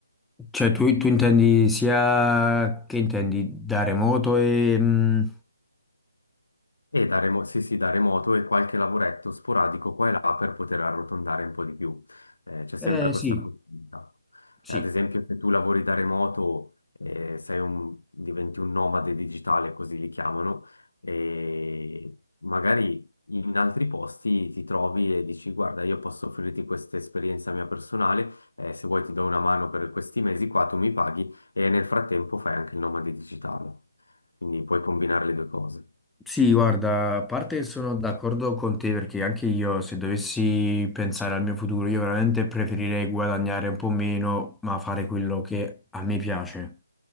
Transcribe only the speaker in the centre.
Cioè tu, tu intendi sia, che intendi, da remoto e... mm,
eh
sì,
sì.
Sì, guarda, a parte sono d'accordo con te perché anche io se dovessi pensare al mio futuro, io veramente preferirei guadagnare un po' meno, ma fare quello che a me piace